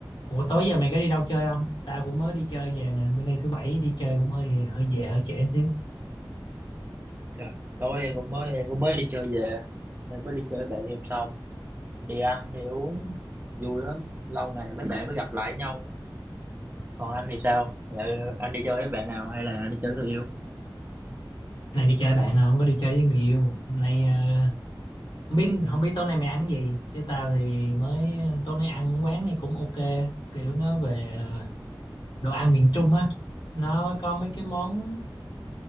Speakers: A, on the left; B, on the right.
A: Ủa tối giờ mày có đi đâu chơi không? Tao cũng mới đi chơi về nè, bữa nay thứ bảy đi chơi cũng hơi hơi về hơi trễ xíu.
B: Trời, tối em cũng mới em cũng mới đi chơi về em mới đi chơi với bạn em xong đi ăn đi uống vui lắm lâu ngày mấy bạn mới gặp lại nhau còn anh thì sao Dạ, anh đi chơi với bạn nào hay là anh đi chơi với người yêu
A: Nay đi chơi bạn à, không có đi chơi với người yêu. Hôm Nay à, không biết không biết tối nay mày ăn gì. Chứ tao thì mới tối nay ăn quán này cũng ok, kiểu nó về à, đồ ăn miền Trung á. Nó có mấy cái món